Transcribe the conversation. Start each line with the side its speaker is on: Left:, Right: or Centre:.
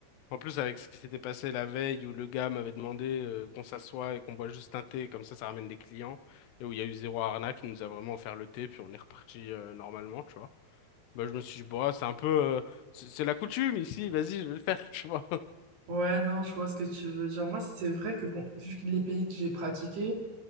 Left: En plus, avec ce qui s'était passé la veille où le gars m'avait demandé euh, qu'on s'assoie et qu'on boit juste un thé, comme ça, ça ramène des clients, et où il y a eu zéro arnaque, il nous a vraiment offert le thé, puis on est reparti euh, normalement, tu vois. Bah, je me suis dit, bah, c'est un peu. euh, c'est c'est la coutume ici, vas-y, je vais le faire, tu vois. <laughs>
Right: Ouais, non, je vois ce que tu veux dire. Moi, c'est vrai que, bon, vu que les pays que j'ai pratiqués,